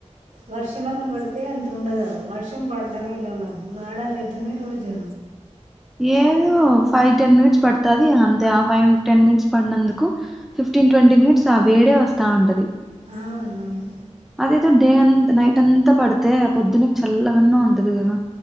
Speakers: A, on the right (about 80°); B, in the centre.
A: వర్షమన్న పడితే అంత ఉండదు వర్షం పడడమే లేమాది మాడాలతునే రోజు
B: ఏదో ఫైవ్ టెన్ మినిట్స్ పడుతది అంతే ఆ ఫైవ్ టెన్ మినిట్స్ పడినందుకు ఫిఫ్టీన్ ట్వంటీ మినిట్స్ ఆ వేడే వస్తా ఉంటది
A: అవునవును
B: అదేదో డే అంత నైట్ అంతా పడితే పొద్దున్న చల్ల గన్నా ఉంటది కదా